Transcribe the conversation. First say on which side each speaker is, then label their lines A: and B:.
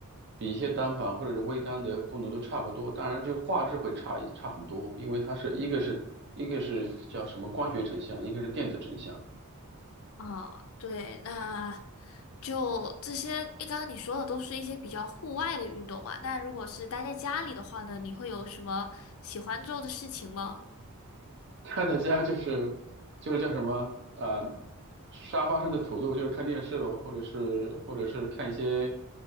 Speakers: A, on the right; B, on the left.
A: 比一些单反或者是微单的功能都差不多，当然就画质会差一差很多，因为它是一个是一个是叫什么光学成像，一个是电子成像，
B: 啊，对，那就这些。一刚刚你说的都是一些比较户外的运动啊，那如果是待在家里的话呢，你会有什么喜欢做的事情吗？
A: 他的家就是就是叫什么呃，沙发上的土豆，就是看电视喽，或者是或者是看一些